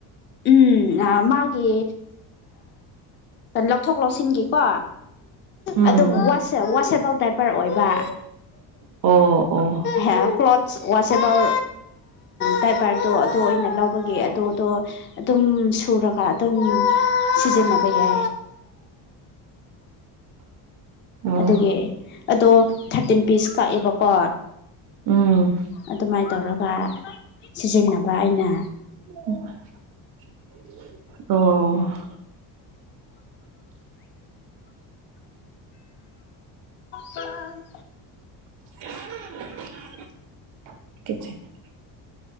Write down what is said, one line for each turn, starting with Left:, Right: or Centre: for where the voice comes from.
Left: ꯎꯝ ꯃꯥꯒꯤ ꯂꯧꯊꯣꯛ ꯂꯧꯁꯤꯟꯒꯤꯀꯣ
Right: ꯎꯝ
Left: ꯑꯗꯨꯝ ꯋꯥꯁꯦꯕꯜ ꯗꯥꯏꯄꯔ ꯑꯣꯏꯕ
Right: ꯑꯣ ꯑꯣ
Left: ꯍꯦ ꯀ꯭ꯂꯣꯊꯁ ꯋꯥꯁꯤꯦꯕꯜ ꯏꯚꯔꯗꯣ ꯑꯗꯨ ꯑꯣꯏꯅ ꯂꯧꯕꯒꯤ ꯑꯗꯨꯗꯣ ꯑꯗꯨꯝ ꯁꯨꯔꯒ ꯑꯗꯨꯝ ꯁꯤꯖꯤꯟꯅꯟꯅꯕ ꯌꯥ
Right: ꯑꯣ
Left: ꯑꯗꯨꯒꯤ ꯑꯗꯣ ꯊꯥꯔꯇꯤꯟ ꯄꯤꯁ ꯀꯛꯑꯦꯕꯀꯣ
Right: ꯎꯝ
Left: ꯑꯗꯨꯃꯥꯏꯅ ꯇꯧꯔꯒ ꯁꯤꯖꯤꯟꯅꯕ ꯑꯩꯅ
Right: ꯑꯣ
Left: ꯁꯥꯟ
Right: <inaudible>